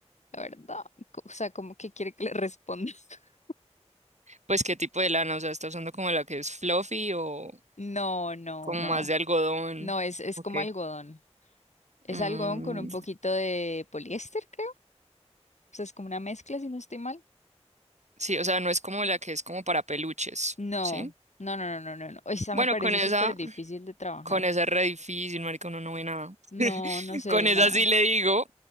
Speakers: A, on the left (about 80°); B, on the right (about 80°).
A: la verdad, co- o sea, como que quiere que le responda. <laughs>
B: Pues qué tipo de lana, o sea, está usando como la que es fluffy o
A: No, no,
B: como
A: no.
B: más de algodón.
A: No, es, es
B: Ok.
A: como algodón. Es
B: Mm,
A: algodón con un poquito de poliéster, creo. O sea, es como una mezcla, si no estoy mal.
B: sí, o sea, no es como la que es como para peluches,
A: No,
B: ¿sí?
A: no, no, no, no, no. no. Esa
B: Bueno,
A: me parece
B: con esa,
A: súper difícil de trabajar.
B: con esa es re difícil, marica, uno no ve nada.
A: No,
B: <laughs>
A: no se
B: Con
A: ve
B: esa
A: nada.
B: sí le digo,